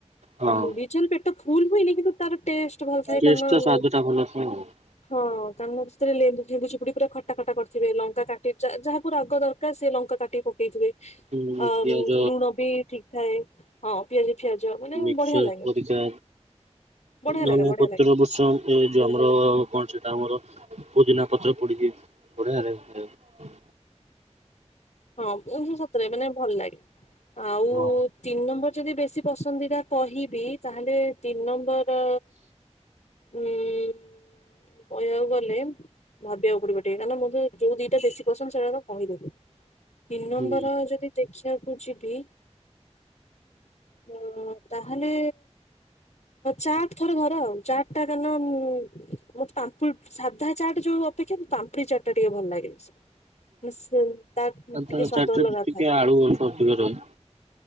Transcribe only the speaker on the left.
ଆଉ ମୁଢ଼ି ଝାଲ ପେଟ ଫୁଲ ହୁଏନି କିନ୍ତୁ ତାର ଟେଷ୍ଟ ଭଲ ଥାଏ
କାରଣ
ହଁ କାରଣ ସେଥିରେ ଲେମ୍ବୁ ଫେମ୍ବୁ ଚିପୁଡି ପୁରା ଖଟା ଖଟା କରିଥିବେ ଲଙ୍କା କାଟି ଯା ଯାହାକୁ ରାଗ ଦରକା ର ସେ ଲଙ୍କା କାଟି ପକେଇଥିବେ
ଆ
ଲୁଣ ବି ଠିକ ଥାଏ ହଁ ପିଆଜ ଫିଆଜ ମାନେ
ବଢିଆ ଲାଗେ
ବଢିଆ
ଲାଗେ ବଢିଆ
ଲାଗେ
ହଁ ସତରେ ମାନେ ଭଲ ଲାଗେ ଆଉ
ତିନି ନମ୍ବର ଯଦି ବେ ଶୀ ପସନ୍ଦିଦା କହିବି ତାହେଲେ ତିନି ନମ୍ବର ଉଁ କହିବାକୁ ଗଲେ ଭାବିବାକୁ ପଡିବ ଟିକେ କାରଣ ମୁଁ ତ ଯୋଉ ଦିଟା ବେଶୀ ପସନ୍ଦ ସେଇଟା ତ କହିଦେଲି। ତିନି ନମ୍ବର
ଯଦି ଦେଖିବାକୁ ଯିବି ତ ତାହେଲେ ଚାଟ୍ ଥରେ ଧର ଆଉ ଚାଟ୍ ଟା କାରଣ ମୋତେ ପାମ୍ପୁ ସାଧା ଚାଟ ଯୋଉ ଅପେକ୍ଷା ମତେ ପାମ୍ପୁଡି ଚାଟ୍ ଟା ଟିକେ ଭଲ ଲାଗେ ବେଶୀ। <unintelligible> ତା
ଟିକେ ସ୍ଵାଦ
ଅଲଗା
ଥାଏ